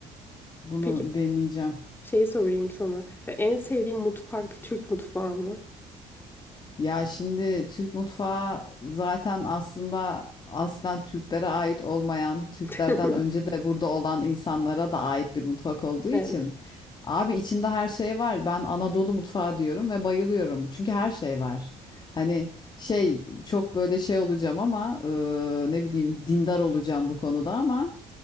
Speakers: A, on the left; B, on the left.
A: Bunu
B: Peki
A: deneyeceğim.
B: şeyi sorayım sana. En sevdiğin mutfak Türk mutfağı mı?
A: Ya şimdi Türk mutfağı zaten aslında aslen Türklere ait olmayan, Türklerden
B: <laughs>
A: önce de burada olan insanlara da ait bir mutfak olduğu için.
B: Evet.
A: Abi içinde her şey var. Ben Anadolu mutfağı diyorum ve bayılıyorum. Çünkü her şey var. Hani şey çok böyle şey olacağım ama e, ne bileyim dindar olacağım bu konuda ama